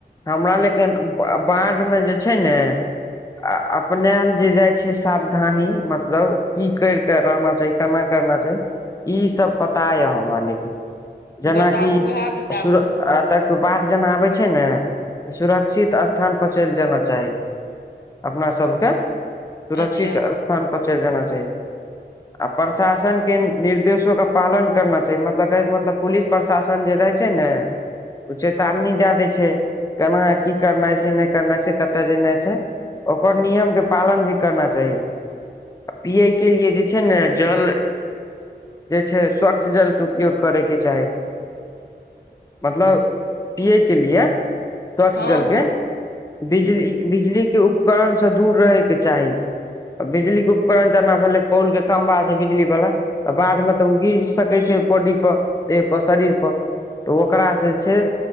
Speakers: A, on the left; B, on the left.
A: हमरा लेकिन बाढ़िमे जे छै ने आ अपने आप जे जाय छै सावधानी मतलब की करि के रहना चाही केना करना चाही ई सब पता ये हम लेकिन जेनाकि
B: बताबू उएह बताबू
A: एतऽ बाढ़ जेना आबै छै ने सुरक्षित स्थान पर चलि जेना चाही अपना सभके सुरक्षित
B: अच्छा
A: स्थानपर चलि जाना चाही आ प्रशासन के निर्देशो के पालन करना चाही मतलब के के मतलब पुलिस प्रशासन जे रहय छै ने ओ चेतावनी दए दै छै केना की करनाइ छै नहि करनाइ छै कतय जेनाइ छै ओकर नियमके पालन भी करना चाही पियैके लिए जे छै ने जल जे छै स्वच्छ जल के उपयोग करय के चाही मतलब पियैके लिए स्वच्छ
B: हँ
A: जलके
B: हँ
A: बिजली बिजलीके उपकरणसँ दूर रहयके चाही आ बिजलीक के उपकरण जेना भेलय पोल के खम्भा जे बिजली वला तऽ बाढ़ मे तऽ ओ गिर सकैत छै बॉडी पर देह पर शरीर पर तऽ ओकरास से छै